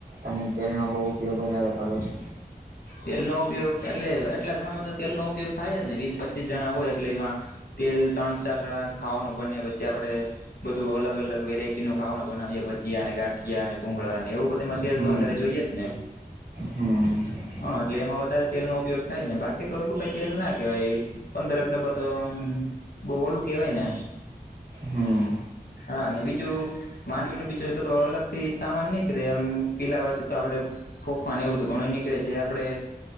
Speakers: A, on the right; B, on the left.
A: તમે તેલનો બહુ ઉપયોગ વધારે કરો છો?
B: તેલ નો ઉપયોગ એટલે આટલા જણામાં તો તેલનો ઉપયોગ થાય જ ને વીસ પચીસ જણા હોય એટલે એમાં. તેલ ત્રણ ચાર ટણા ખાવાનું બને પછી આપણે બધું અલગ અલ વેરાઈટી નું ખાવાનું બનાવી ભજીયા અને ગાંઠિયા અને ભુંગળાને એવું બધા તેલ
A: હમ
B: તરે જોઈએ જ ને.
A: હમ.
B: હા એટલે એમાં વધારે તેલનો ઉપયોગ થાય ને બાકી તો એટલું કઈ તેલ ના કેહેવાય પંદરક ડબ્બા તો આમ બહ ઓલું કેહેવાય ને.
A: હમ
B: હા અને બીજું માંડવી ન બીજો બધ અલગ થી સામાન નહીં રે એમ પિલાવાથી તો આપડે તોફા ને ઉધગણું નીકળે છે. આપડે